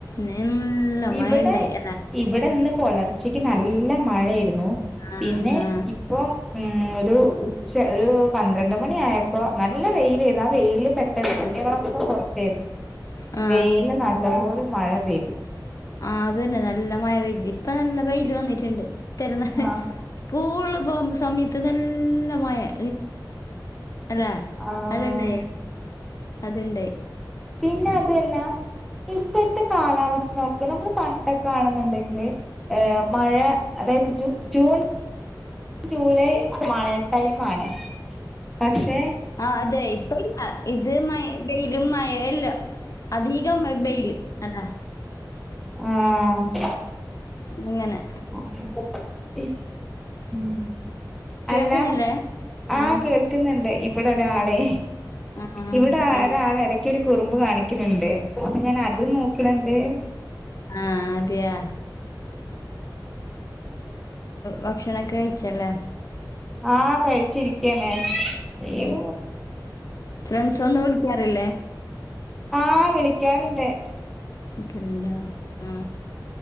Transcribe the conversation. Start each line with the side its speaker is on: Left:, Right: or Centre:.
Left: നല്ല
Centre: ഇവിടെ
Left: മൈണ്ടായി എല്ല
Centre: ഇവിടെ ഇന്ന് പുലർച്ചക്ക് നല്ല മഴായിരുന്നു
Left: ആ
Centre: പിന്നെ
Left: ആ
Centre: ഇ ഇപ്പം ഒരു ഉച്ച ഒരു പന്ത്രണ്ട് മണിയായപ്പോ നല്ല വെയിലായിരുന്നു ആഹ വെയില് പെ പെട്ടെന്ന് തുണികളൊക്കെ പുറത്തെയിരുന്നു
Left: ആ
Centre: വെയില് നല്ലരു മഴ പെയ്തു
Left: ആഹ അത് തന്നെ നല്ല മഴ പെയ്തി ഇപ്പൊ നല്ല വെയില് വന്നിട്ടുണ്ട് ഇത്തരം ന
Centre: ആഹ്
Left: സ്കൂളില് പോകുന്ന സമയത്ത് നല്ല മഴയാ അല്ലേ
Centre: ആഹ്
Left: അടെണ്ടായ അത്ണ്ടായി
Centre: പിന്നെ അതൊല്ല ഇപ്പഴത്തെ കാലാവസ്ഥ നോക്ക നമ്മള് പണ്ടൊക്കെ ആണെന്നുണ്ടെങ്കില് ഏഹ് മഴ അതായത് ജൂ ജൂൺ ജൂലൈ മഴ ടൈം ആണ് പക്ഷെ
Left: ആഹ അതെ ഇത്രെയും മ ഇത് മഴ ബെയിലും മയ എല്ലാം അധികം ബെയില് അല്ല
Centre: ആഹ്
Left: അങ്ങനെ
Centre: ഉം
Left: കേൾക്കുന്നില്ലേ
Centre: അല്ലാം ആഹ്
Left: ആ
Centre: കേൾക്ക കേൾക്കുന്നുണ്ട് ഇവിടെ ഒരാളെ
Left: ആ
Centre: ഇവടെഒരാളെ
Left: അതെ
Centre: ഇടക് ക്ക്‌ ഒരു കുറുമ്പ് കാണിക്കുന്നുണ്ട് അപ്പൊ ഞാൻ അത് നോക്കണണ്ട്
Left: ആഹ് അതെയാ ഭക്ഷണം ഒക്കെ കഴിച്ചല്ലേ
Centre: ആഹ് കഴിച്ചിരിക്കാണ് അയ്യോ
Left: ആ ഫ്രണ്ട്സ് ഒന്നു വിളിക്കാറില്ലേ
Centre: ആഹ വിളിക്കാറുണ്ട്
Left: വിളിക്കണ്ടാ ആ